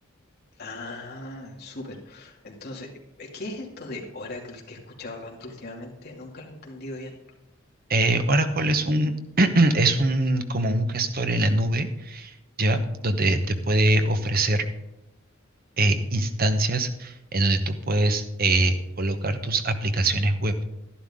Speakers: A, on the left; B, on the right.
A: Ah, súper. Entonces, ¿qué es esto de Oracle que he escuchado tanto últimamente? Nunca lo he entendido bien.
B: Eh, Oracle es un, <clears throat> es un, como un gestor en la nube ¿ya? Donde te puede ofrecer eh, instancias en donde tú puedes eh, colocar tus aplicaciones web.